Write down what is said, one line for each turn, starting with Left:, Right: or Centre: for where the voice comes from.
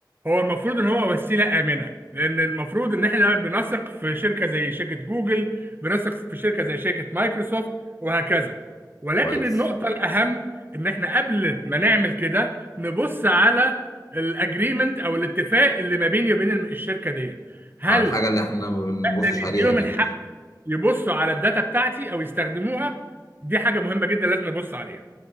Right: هو المفروض ان هو وسيله امنه لان المفروض ان احنا بنثق في شركه زي شركه جوجل بنثق في شركه زي شركه مايكروسوفت وهكذا ولكن
Left: كويس
Right: النقطه الاهم ان احنا قبل ما نعمل كده نبص على الاجريمنت او الاتفاق اللي ما بيني وبين الم- الشركه ديت هل
Left: اه الحاجه اللي احنا ما بنبصش
Right: ده بيديهم
Left: عليها دي
Right: الحق يبصوا على الداتا بتاعتي او يستخدموها دي حاجه مهمه جدا لازم نبص عليها